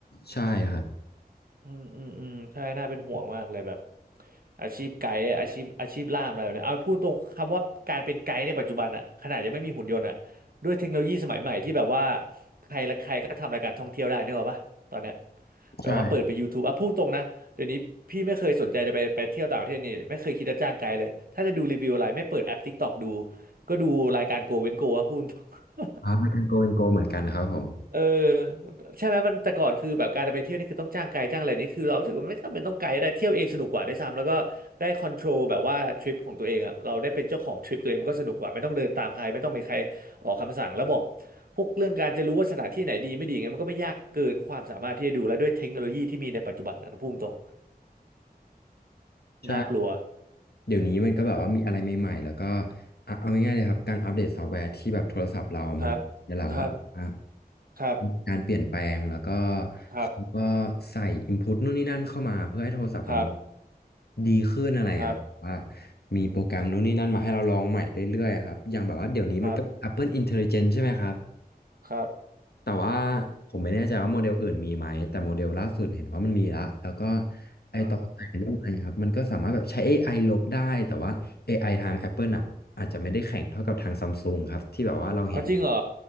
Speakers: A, on the left; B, on the right.
A: ใช่ครับ
B: อืมอืมอืมใช่น่าเป็นห่วงมากเลยแบบอาชีพไกด์อาชีพอาชีพล่ามอะไรแบบเนี้ยเอาพูดตรงคำว่าการเป็นไกด์ในปัจจุบันอะขนาดยังไม่มีหุ่นยนต์อะด้วยเทคโนโลยีสมัยใหม่ที่แบบว่าใครและใครก็ทำรายการท่องเที่ยวได้นึกออกปะตอนเนี้ยแบบว่าเปิดไป
A: ใช่
B: YouTube อ่ะพูดตรงนะเดี๋ยวนี้พี่ไม่เคยสนใจจะไปไปเที่ยวต่างประเทศนี่ไม่เคยคิดจะจ้างไกด์เลยถ้าจะดูรีวิวอะไรไม่เปิดแอป t i k t อกดูก็ดูรายการ Go เว้น Go อะพูดตรง
A: อ่าทางโกเป็นโกเหมือนกันครับผม
B: เออใช่ไหมมันแต่ก่อนคือแบบการไปเที่ยวนี่คือต้องจ้างไกด์จ้างอะไรนี่คือเรารู้สึกว่าไม่จำเป็นต้องไกด์ได้เที่ยวเองสนุกกว่าด้วยซ้ำแล้วก็ได้คอนโทรลแบบว่าทริปของตัวเองอ่ะเราได้เป็นเจ้าของทริปตัวเองมันก็สนุกกว่าไม่ต้องเดินตามใครไม่ต้องมีใครออกคำสั่งแล้วบอกพวกเรื่องการจะรู้ว่าสถานที่ไหนดีไม่ดีไงมันก็ไม่ยากเกินความสามารถที่จะดูแล้วด้วยเทคโนโลยีที่มีในปัจจุบันนะพุ่งตรง
A: ใช่
B: น่ากลัว
A: เดี๋ยวนี้มันก็แบบว่ามีอะไรใหม่ๆแล้วก็อ่ะเอาง่ายๆเลยครับการอัปเดตซอฟต์แวร์ที่แบบโทรศัพท์เรามันเดี๋ยวเราว่าแบบว่า
B: ครับครับครับ
A: มีการเปลี่ยนแปลงแล้วก็
B: ครับ
A: เขาก็ใส่ input นู่นนี่นั่นเข้ามาเพื่อให้โทรศัพท์เรามัน
B: ครับ
A: ดีขึ้นอะไรอะครับว่า
B: ครับ
A: มีโปรแกรมนู่นนี่นั่นมาให้เราลองใหม่เรื่อยๆครับอย่างแบบว่าเดี๋ยวนี้มันก็
B: ครับ
A: Apple Intelligence ใช่ไหมครับ
B: ครับ
A: แต่ว่าผมไม่แน่ใจว่าโมเดลอื่นมีไหมแต่โมเดลล่าสุดเห็นว่ามันมีละแล้วก็ไอตอนแต่งรูปอะไรครับมันก็สามารถแบบใช้
B: อ๋อ
A: AI ลบได้แต่ว่า AI ทาง Apple อ่ะอาจจะไม่ได้แข่งเท่ากับทางซัมซุงครับที่แบบว่าเราเห็น
B: อ๋อจริงเหรอ